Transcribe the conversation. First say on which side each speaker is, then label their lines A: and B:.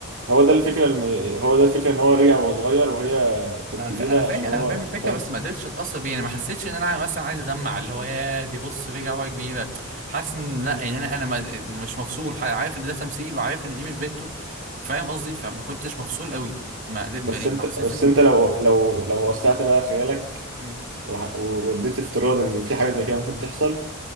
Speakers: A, on the right; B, on the right.
A: هو ده الفكرة الم... هو ده الفكرة ان هو رجع وهو صغير وهي كانت
B: ما انا
A: كبيرة
B: فا... انا فاهم
A: عشان
B: انا
A: هو
B: فاهم الفكره
A: فاهم
B: بس ما قدرتش اتاثر بيه يعني ما حسيتش ان انا مثلا عايز ادمع اللي هو يا دي بص رجع هو كبيره حاسس ان لا يعني انا انا ما... مش مفصول ح- عارف ان ده تمثيل وعارف ان دي مش بنته وفاهم قصدي فما كنتش مفصول قوي ما, قدر- ما
A: بس انت
B: حسيت
A: بس
B: ان
A: انت لو لو لو وسعت بقى خيالك
B: مم.
A: وح... واديت افتراض ان في حاجة زي كده ممكن تحصل